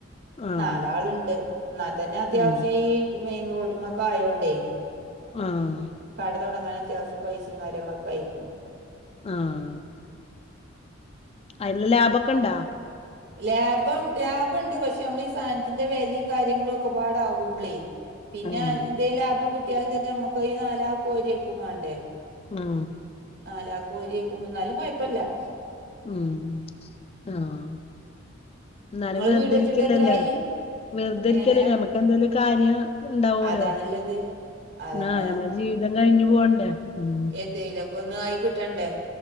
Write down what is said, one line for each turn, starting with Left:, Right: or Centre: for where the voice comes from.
Left: ആഹ്
Right: നാലാള്ണ്ട് എന്ന തന്നെ അത്യാവശ്യം
Left: ഉം
Right: ഈ മെയിൻ റോഡ്മൊക്കെ ആയോണ്ടേ
Left: ആഹ്
Right: കട തൊടങ്ങാൻ അത്യാവശ്യം പൈസയും കാര്യങ്ങളൊക്കെ അയിക്കും
Left: ആഹ് അയില് ലാബോക്കെ ഇണ്ടോ?
Right: ലാഭം ലാഭംണ്ട് പക്ഷെ നമ്മൾ ഈ സാധനത്തിന്റെ വെലേം കാര്യങ്ങളും ഒക്കെ പാടകുമ്പളേ. പിന്നെ
Left: ആഹ്
Right: എന്തേ ലാഭം കിട്ടിയാലും തന്നെ നമ്മുക്ക്ഈ നാലാക്കും ഓരി വെക്കും വേണ്ടേ.
Left: ആഹ്
Right: നാലാക്കോരിക്കുമ എന്നാലും കോയെപ്പുല്ല
Left: ഉം ആഹ് ന്നാലും
Right: നിങ്ങള്
Left: വെറുതിരിക്കല്ലല്ലേ
Right: വീട് വെച്ചിട്ട് എത്രായി
Left: വെറുതിരിക്കല്ലല്ലേ
Right: എങ്ങനെ
Left: നമ്മക്ക്ന്തേലോ കാര്യം ഇണ്ടാവോലോ?
Right: അതാണ്ള്ളത് അതാണ്
Left: ആഹ് ഞമ്മളെ ജീവിതം കഴിഞ്ഞു പോണ്ടേ ഉം
Right: എന്തെലൊക്കൊന്ന് ആയി കിട്ടെണ്ടെ